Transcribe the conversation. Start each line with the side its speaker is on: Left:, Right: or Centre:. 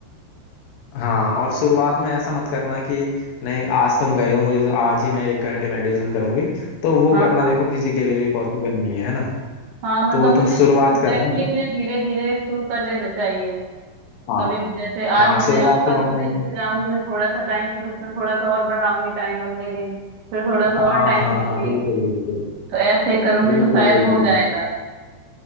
Left: हाँ और शुरुआत में ऐसा मत करना कि नहीं आज तुम गए हो मुझे तो आज ही मैं एक घंटे मेडिटेशन करूंगी तो वो
Right: हाँ
Left: करना
Right: हाँ
Left: देखो किसी के लिए भी पॉसिबल नहीं है है ना
Right: हाँ मतलब
Left: तो
Right: मुझे
Left: तुम
Right: एग्जैक्टली
Left: शुरुआत करना तुम
Right: exactly मुझे धीरे धीरे शुरू कर देना चाहिए
Left: हाँ
Right: कभी जैसे आज
Left: हाँ
Right: मैंने
Left: शुरुआत
Right: आज कल
Left: तुम अपने
Right: से जैसे जाऊंगी तो थोड़ा सा टाइम फिर उसमें थोड़ा सा और बढ़ाऊंगी टाइम अगले दिन फिर थोड़ा सा
Left: हाँ
Right: और टाइम
Left: हाँ
Right: दूंगी
Left: हाँ बिल्कुल बिल्कुल
Right: तो ऐसे करूंगी
Left: बिल्कुल
Right: तो शायद
Left: बिल्कुल
Right: हो जाएगा